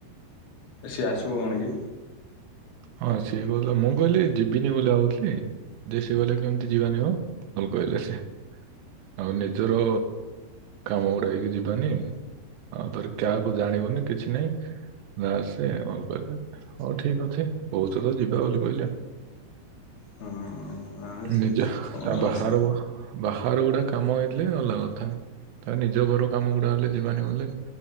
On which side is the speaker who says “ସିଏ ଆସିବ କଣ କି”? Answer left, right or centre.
Left